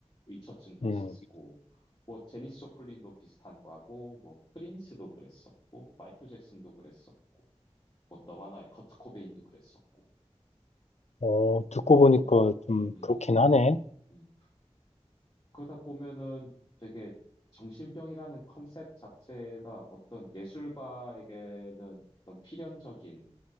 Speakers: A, on the left; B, on the left.
A: 의처증도
B: 음,
A: 있었고 뭐 제니스 조플린도 비슷한 과고 뭐 프린스도 그랬었고 마이클 잭슨도 그랬었고 뭐 너바나의 커트 코베인도 그랬었고
B: 어, 듣고 보니까
A: 어.
B: 좀
A: 음,
B: 그렇긴 하네.
A: 음. 그러다 보면은 되게 정신병이라는 컨셉 자체가 어떤 예술가에게는 어떤 필연적인